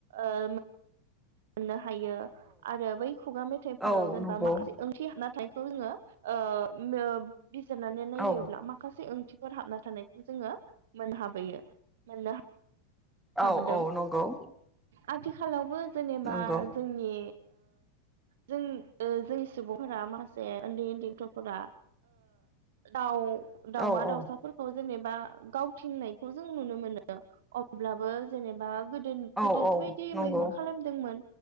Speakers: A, on the right; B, in the centre.
A: ओ मोननो हा हायो आरो बै खुगा मेथाइफोराव
B: औ नंगौ
A: जेनेबा माखासे ओंथि हाबना थायो बेखौ जोङो ओ ओ बिजिरनानै नायोब्ला
B: औ
A: माखासे ओंथि थिफोर हाबना थानायखौ जोङो मोननो हाबोयो मोननो
B: औ
A: हाबोदों
B: औ नंगौ
A: आथिखालावबो जेनेबा
B: नंगौ
A: जोंनि जों जोंनि सुबुंफोरा माखासे उन्दै उन्दै गथ'फोरा दाउ दावमा
B: औ औ
A: दावसाफोरखौ जेनेबा गावथिंनायखौ जों नुनो मोनो अब्लाबो जेनेबा गोदो गोदोसो
B: औ
A: बायदि
B: नंगौ
A: मैहुर खालामदोंमोन